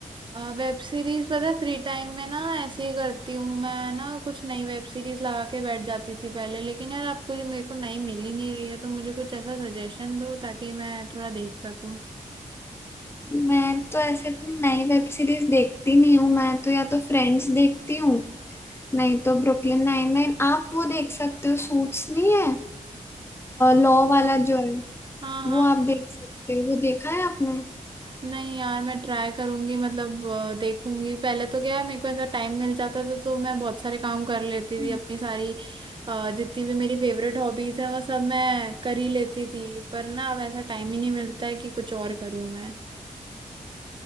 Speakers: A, on the right; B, on the left.
A: वेब सीरीज पता है फ्री टाइम में ना ऐसे ही करती हूँ मैं ना कुछ नई वेब सीरीज लगा के बैठ जाती थी पहले लेकिन यार आपको जो मेरे को नई मिल ही नहीं रही है तो मुझे कुछ ऐसा सजेशन दो ताकि मैं थोड़ा देख सकूँ
B: मैं तो ऐसे कोई नई वेब सीरीज देखती नहीं हूँ मैं तो या तो फ्रेंड्स देखती हूँ नहीं तो ब्रुकलिन नाइन नाइन आप वो देख सकते हो सूट्स नहीं है लॉ वाला जो है
A: हाँ
B: वो
A: हाँ
B: आप देख सकते हो वो देखा है आपने
A: नहीं यार मैं ट्राई करूंगी मतलब अ, देखूंगी पहले तो क्या है मेरे को ऐसा टाइम मिल जाता था तो मैं बहुत सारे काम कर लेती
B: हम्म।
A: थी अपनी सारी अ, जितनी भी मेरी फेवरेट हॉबीज है वो सब मैं कर ही लेती थी पर ना अब ऐसा टाइम ही नहीं मिलता है कि कुछ और करूं मैं